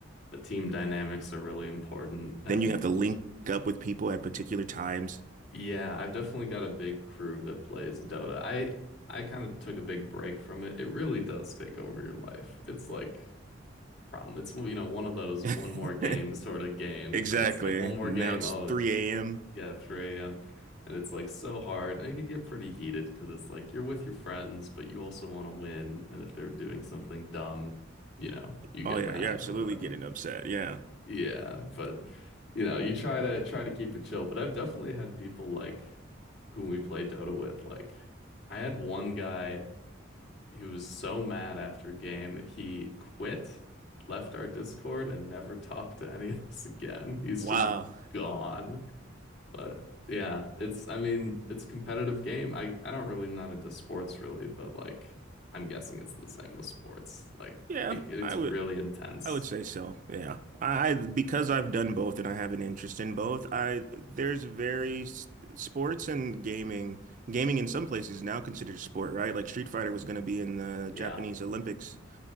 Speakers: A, on the left (about 60°); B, on the right (about 40°).
A: the team dynamics are really important.
B: Then
A: And
B: you have to link up with people at particular times.
A: yeah, I've definitely got a big crew that plays Dota. I I kind of took a big break from it. It really does take over your life. It's like a problem. It's you know one of those
B: <laughs>
A: one more game sort of games,
B: Exactly.
A: and it's like one more
B: Now
A: game.
B: it's
A: Oh,
B: 3 a.m.
A: Yeah, 3 a.m. And it's like so hard. And it could get pretty heated because it's like you're with your friends, but you also want to win. And if they're doing something dumb, you know, you get
B: Oh yeah,
A: mad
B: you're absolutely
A: or whatever.
B: getting upset. Yeah.
A: Yeah, but you know, you try to try to keep it chill. But I've definitely had people like who we play Dota with. Like I had one guy who was so mad after a game, he quit, left our Discord, and never <laughs> talked to any of us again. He's
B: Wow.
A: just gone. But yeah, it's I mean, it's a competitive game. I I don't really I'm not into sports really, but like I'm guessing it's the same with sports. Like
B: Yeah,
A: it, it's
B: I
A: really
B: would
A: intense.
B: I would say so. Yeah. I I- because I've done both and I have an interest in both, I there's very s- sports and gaming. Gaming in some places is now considered a sport, right? Like Street Fighter was going to be in the
A: Yeah.
B: Japanese Olympics.